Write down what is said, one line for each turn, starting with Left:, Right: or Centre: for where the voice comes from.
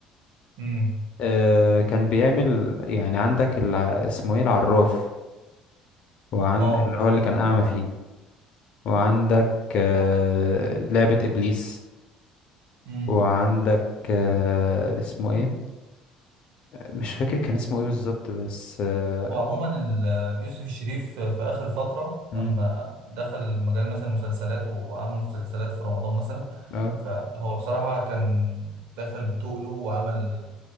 Right: امم
Left: آه، كان بيعمل يعني عندك الع... اسمه ايه العراف وعن
Right: اه
Left: اللي هو اللي كان أعمى فيه وعندك آه، لعبة إبليس
Right: امم
Left: وعندك آه، اسمه ايه مش فاكر كان اسمه ايه بالظبط بس اه
Right: وعموما ال- يوسف الشريف في اخر فتره
Left: مم،
Right: لما دخل مجال مثلا المسلسلات وعمل مسلسلات في رمضان مثلا
Left: آه،
Right: فهو بصراحه كان دخل بتقله وعمل